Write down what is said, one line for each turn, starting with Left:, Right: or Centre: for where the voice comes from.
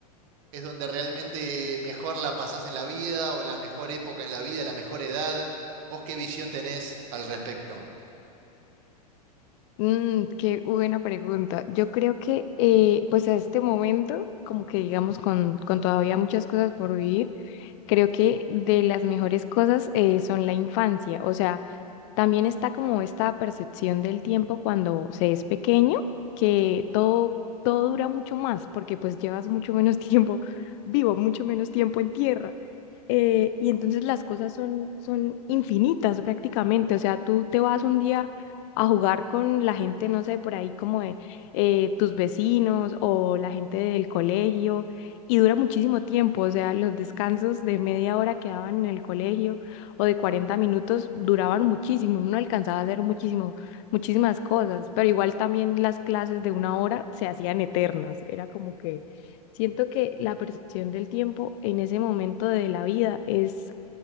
Right: es donde realmente mejor la pasás en la vida o la mejor época en la vida, la mejor edad. ¿Vos qué visión tenés al respecto?
Left: Mm, qué buena pregunta. Yo creo que, eh, pues a este momento, como que digamos, con, con todavía muchas cosas por vivir, creo que de las mejores cosas eh, son la infancia. O sea, también está como esta percepción del tiempo cuando se es pequeño, que todo, todo dura mucho más, porque pues llevas mucho menos <laughs> tiempo vivo, mucho menos tiempo en tierra. eh, y entonces las cosas son, son infinitas prácticamente. O sea, tú te vas un día a jugar con la gente, no sé, por ahí como de eh, tus vecinos o la gente del colegio y dura muchísimo tiempo. O sea, los descansos de media hora que daban en el colegio o de 40 minutos duraban muchísimo. Uno alcanzaba a hacer muchísimo, muchísimas cosas, pero igual también las clases de una hora se hacían eternas. Era como que Siento que la percepción del tiempo en ese momento de la vida es,